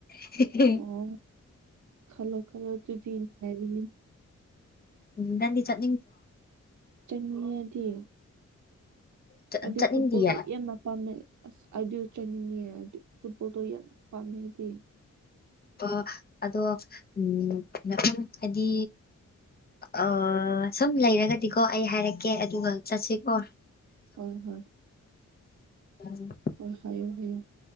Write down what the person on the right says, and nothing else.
ꯑꯣ ꯈꯜꯂꯣ ꯈꯜꯂꯣ ꯑꯗꯨꯗꯤ ꯅꯨꯡꯉꯥꯏꯕꯅꯤ
ꯆꯟꯃꯤꯌꯗꯤ
ꯑꯗꯨ
ꯐꯨꯠꯕꯣꯜꯗꯨ ꯌꯥꯝꯅ ꯄꯥꯝꯃꯦ ꯑꯁ ꯑꯗꯨ ꯆꯪꯅꯤꯡꯉ ꯑꯗꯨ ꯐꯨꯠꯕꯣꯜ ꯌꯥꯝ ꯄꯥꯝꯃꯦ ꯑꯩ ꯗꯤ
ꯍꯣꯏ ꯍꯣꯏ
ꯍꯣꯏ ꯍꯥꯏꯌꯨ ꯍꯥꯏꯌꯨ